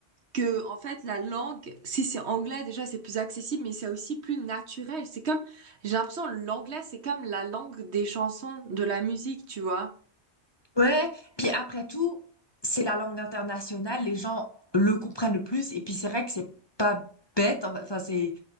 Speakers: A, on the right; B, on the left.
A: que, en fait, la langue, si c'est anglais, déjà, c'est plus accessible, mais c'est aussi plus naturel. C'est comme, j'ai l'impression, l'anglais, c'est comme la langue des chansons, de la musique, tu vois.
B: Ouais. Puis après tout, c'est la langue internationale, les gens le comprennent le plus. Et puis c'est vrai que c'est pas bête, en- enfin c'est